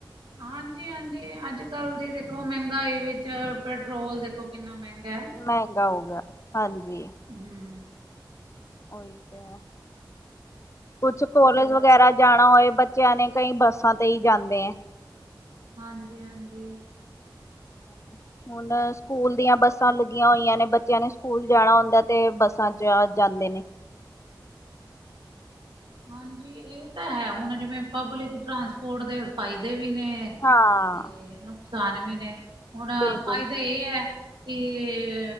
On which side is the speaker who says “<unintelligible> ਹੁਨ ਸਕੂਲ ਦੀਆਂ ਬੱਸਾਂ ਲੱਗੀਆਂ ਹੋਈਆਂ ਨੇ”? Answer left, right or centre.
Left